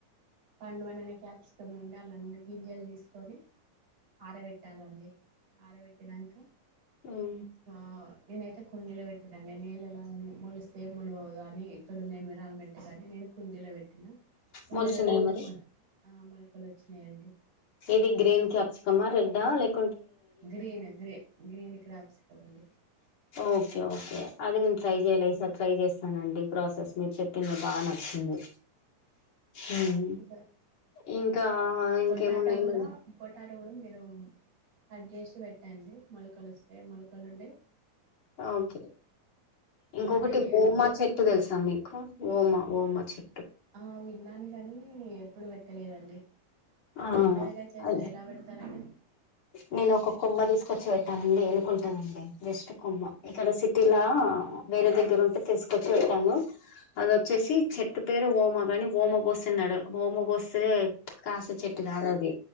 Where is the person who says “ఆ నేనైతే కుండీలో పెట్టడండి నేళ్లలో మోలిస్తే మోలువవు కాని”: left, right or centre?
Right